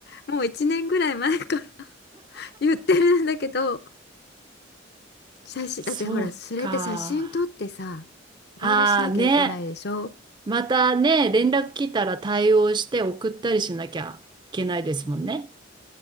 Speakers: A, on the left; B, on the right.
A: もう1年ぐらい前から <laughs> 言ってるんだけど、写真、
B: そうか。
A: だってほら、それって写真撮ってさ、いろいろしなきゃいけないでしょ
B: ああね。またね、連絡来たら対応して送ったりしなきゃいけないですもんね。